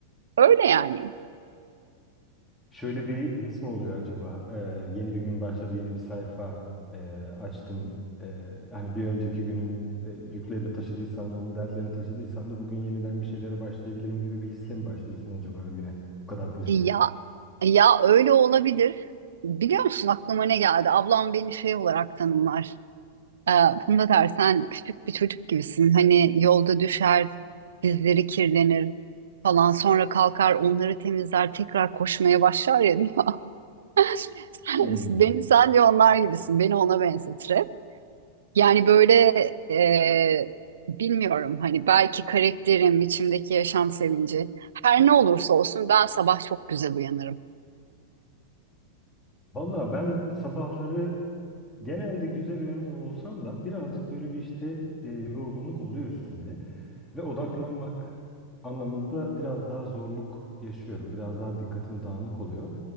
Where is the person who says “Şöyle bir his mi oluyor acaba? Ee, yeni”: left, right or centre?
Left